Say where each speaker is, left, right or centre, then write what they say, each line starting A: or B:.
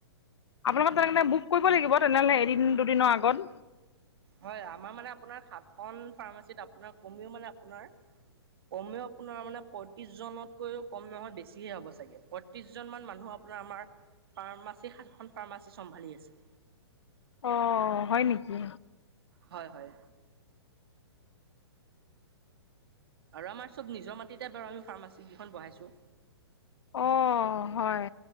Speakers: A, on the left (about 80°); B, on the right (about 60°).
A: আপোনালোকৰ তেনেকেনে বুক কৰিব লাগিব তেনেহ'লে এদিন দুদিনৰ আগত,
B: হয় আমাৰ মানে আপোনাৰ সাতখন ফাৰ্মাচীত আপোনাৰ কমেও মানে আপোনাৰ, কমেও আপোনাৰ মানে পঁয়ত্ৰিশজনতকৈও কম নহয় বেছিহে হ'ব চাগে, ত্ৰিশজনমান মানুহ আপোনাৰ আমাৰ ফাৰ্মাচী সাতখন ফাৰ্মাচী চম্ভালি আছে।
A: অ হয় নেকি,
B: হয় হয়। আৰু আমাৰ চব নিজৰ মাটিতে বাৰু আমি ফাৰ্মাচী কেইখন বহাইছো।
A: অ' হয়